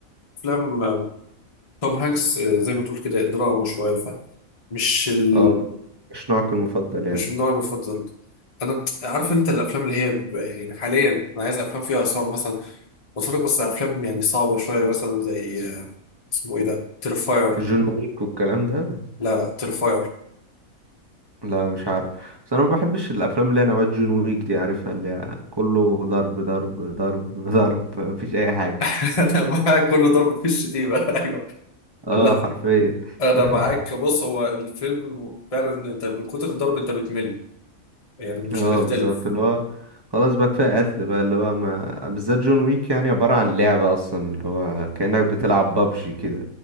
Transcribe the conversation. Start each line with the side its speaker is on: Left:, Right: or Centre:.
Left: افلام توم هانكس آه، زي ما تقول كده دراما شوية فمش ال...
Right: اه مش نوعك المفضل يعني
Left: مش النوع المفضل انا عارف انت الافلام اللي هي بيبقى يعني حاليا انا عايز افلام فيها اثار مثلا بتفرج بس افلام يعني صعبه شويه مثلا زي آه، اسمه ايه ده ترفاير
Right: جون ويك والكلام ده
Left: لا لا ترفاير
Right: لا مش عارف بس انا ما بحبش الافلام اللي هي نوعات جون ويك دي عارفها اللي هي كله ضرب ضرب ضرب <laughs> ضرب مفيش اي حاجه
Left: <laughs> انا معاك كل ضرب في الشتيمه <laughs> ايوه
Right: اه
Left: لا
Right: حرفيا
Left: انا
Right: <laughs>
Left: معاك بص هو الفيلم فعلا انت من كتر الضرب انت بتمل يعني مش
Right: اه
Left: هنختلف
Right: بالظبط اللي هو خلاص بقى كفايه قتل بقى اللي هو ما بالذات جون ويك يعني عباره عن لعبه اصلا اللي هو كانك بتلعب بابجي كده